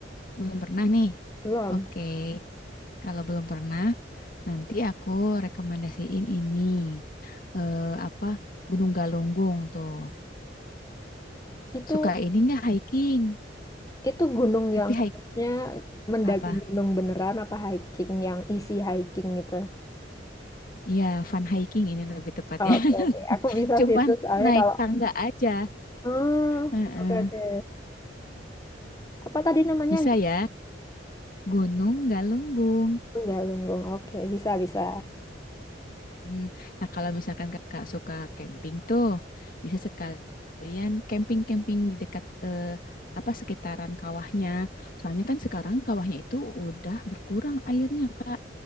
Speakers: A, on the left (about 50°); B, on the left (about 20°).
A: Belum pernah nih.
B: Belum.
A: Oke, kalau belum pernah. Nanti aku rekomendasiin ini eh, apa Gunung Galunggung tuh.
B: Itu
A: Suka ini nggak hiking?
B: itu gunung
A: Tapi
B: yang
A: hike
B: maksudnya mendaki
A: apa?
B: gunung beneran apa hiking yang isi hiking gitu.
A: Iya, fun hiking ini lebih tepatnya.
B: Oh,
A: <laughs>
B: Oke, oke. Aku bisa
A: Cuman
B: sih itu soalnya
A: naik
B: kalau
A: tangga aja.
B: Oh,
A: Heeh.
B: oke oke. Apa tadi namanya?
A: Bisa ya, Gunung Galunggung.
B: Enggak, Lunggong. Oke, bisa bisa.
A: Hmm, Nah, kalau misalkan kakak suka camping tuh, bisa sekalian camping-camping di dekat eh, apa sekitaran kawahnya. Soalnya kan sekarang kawahnya itu udah berkurang airnya, Kak.